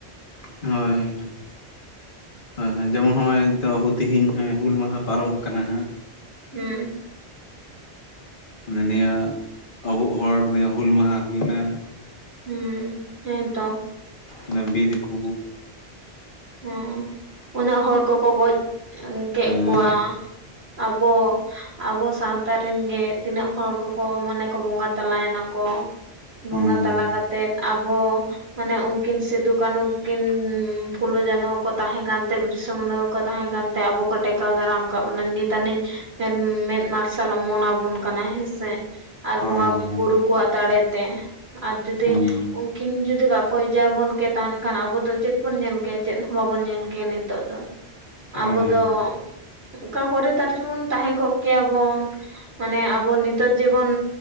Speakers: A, on the left; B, on the right.
A: ᱦᱳᱭ ᱦᱳᱭ, ᱦᱳᱭ ᱦᱳᱭ ᱡᱮᱢᱚᱱ ᱦᱚᱸᱜᱼᱚᱭ ᱛᱚ ᱦᱩ ᱛᱮᱦᱮᱧ ᱦᱮᱸ ᱦᱩᱞ ᱢᱟᱦᱟ ᱯᱟᱨᱚᱢᱚᱜ ᱠᱟᱱᱟ ᱦᱟᱸᱜ,
B: ᱦᱩᱸ,
A: ᱦᱩᱸ ᱢᱟᱱᱮ ᱱᱤᱭᱟᱹ ᱟᱵᱚᱜ ᱦᱚᱲ ᱱᱤᱭᱟᱹ ᱦᱩᱞ ᱢᱟᱦᱟ ᱦᱩᱭ ᱮᱱᱟ
B: ᱦᱩᱸ, ᱦᱮᱸᱛᱚ᱾
A: ᱚᱱᱟ ᱵᱤᱨᱤ ᱠᱚ
B: ᱦᱚᱸ ᱩᱱᱟᱹᱜ ᱦᱚᱲ ᱠᱚᱠᱚ ᱜᱚᱡ ᱮᱸ ᱠᱮᱫ
A: ᱦᱩᱸ
B: ᱠᱚᱣᱟ, ᱟᱵᱚ ᱟᱵᱚ ᱥᱟᱶᱛᱟ ᱨᱮᱱ ᱜᱮ ᱛᱤᱱᱟᱹᱜ ᱦᱚᱲ ᱠᱚᱠᱚ ᱢᱟᱱᱮ ᱠᱚ ᱵᱚᱸᱜᱟ ᱛᱟᱞᱟᱭᱮᱱᱟ ᱠᱚ, ᱵᱚᱸᱜᱟ
A: ᱦᱩᱸ
B: ᱛᱟᱞᱟ ᱠᱟᱛᱮᱫ ᱟᱵᱚ ᱢᱟᱱᱮ ᱩᱸᱠᱤᱱ ᱥᱤᱫᱷᱩᱼᱠᱟᱹᱱᱦᱩ ᱠᱤᱱ ᱯᱷᱩᱞᱳ ᱡᱟᱱᱚ ᱠᱚ ᱛᱟᱦᱮᱸ ᱠᱟᱱᱛᱮ ᱵᱤᱴᱤᱥ ᱥᱚᱢᱚᱱᱚ ᱠᱚ ᱛᱟᱦᱮᱸ ᱠᱟᱱᱛᱮ ᱟᱵᱚ ᱠᱚ ᱴᱮᱠᱟᱣ ᱫᱟᱨᱟᱢ ᱟᱠᱟᱜ ᱵᱚᱱᱟ ᱱᱤᱛ ᱟᱹᱱᱤᱡ, ᱢᱮᱫ, ᱢᱮᱫ ᱢᱟᱨᱥᱟᱞ ᱚᱢᱚ ᱱᱟᱵᱚᱱ ᱠᱟᱱᱟ ᱦᱮᱸᱥᱮ᱾ ᱟᱨ
A: ᱦᱳᱭ
B: ᱵᱚᱸᱜᱟ
A: ᱦᱳᱭ
B: ᱠᱩ
A: ᱦᱳᱭ
B: ᱵᱩᱨᱩ ᱠᱚᱣᱟᱜ ᱫᱟᱲᱮ ᱛᱮ᱾ ᱟᱨ ᱡᱩᱫᱤ
A: ᱦᱩᱸ
B: ᱩᱱᱠᱤᱱ ᱡᱩᱫᱤ ᱵᱟᱠᱚ ᱤᱡᱟ ᱵᱚᱱ ᱠᱮ ᱛᱟ ᱦᱮᱱᱮ ᱠᱷᱟᱱ, ᱟᱵᱚ ᱫᱚ ᱪᱮᱫ ᱵᱚᱱ ᱧᱮᱞ ᱠᱮᱭᱟ, ᱪᱮᱫ ᱦᱚᱸ ᱵᱟᱵᱚᱱ ᱧᱮᱞ ᱜᱮᱭᱟ ᱱᱤᱛᱚᱜ ᱫᱚ,
A: ᱦᱳᱭ
B: ᱟᱵᱚ
A: ᱦᱳᱭ
B: ᱫᱚ ᱚᱠᱟ ᱠᱚᱨᱮ ᱛᱟᱨ ᱪᱚᱵᱚᱱ ᱛᱟᱦᱮᱸ ᱠᱚᱜ ᱠᱮᱭᱟ ᱵᱚᱱ᱾ ᱢᱟᱱᱮ ᱟᱵᱚ ᱱᱤᱛᱚᱜ ᱡᱤᱢᱚᱱ